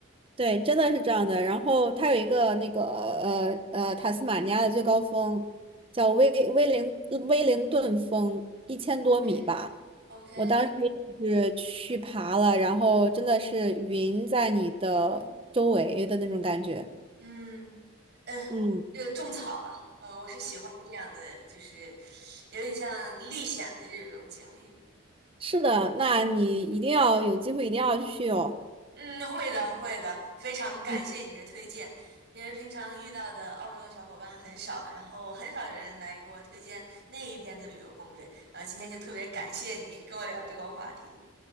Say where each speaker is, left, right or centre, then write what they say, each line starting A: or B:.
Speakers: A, on the right; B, on the right.
A: 对，真的是这样的。然后它有一个那个呃呃塔斯马尼亚的最高峰，叫威威灵威灵顿峰，一千多米吧。
B: ，OK OK，
A: 我当时也是去爬了，然后真的是云在你的周围的那种感觉，
B: 嗯嗯，
A: 嗯。
B: 这个种草了，呃，我是喜欢这样的，就是有点像历险的这种经历。
A: 是的，那你一定要有机会，一定要去哦。
B: 嗯，会的，会的，非常感谢你的推荐，
A: 嗯，
B: 因为平常遇到的澳洲小伙伴很少，然后很少有人来给我推荐那一边的旅游攻略，然后今天就特别感谢你跟我聊这个话题。